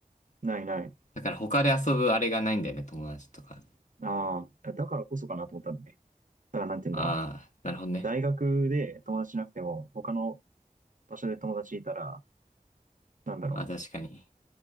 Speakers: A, on the right; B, on the left.
A: ないない。
B: だから他で遊ぶあれがないんだよね、友達とか。
A: ああ、だからこそかなと思ったんだね。だからなんて言うんだろう。
B: ああ、なるほどね。
A: 大学で友達いなくても、他の場所で友達いたら、なんだろ
B: ああ、確かに。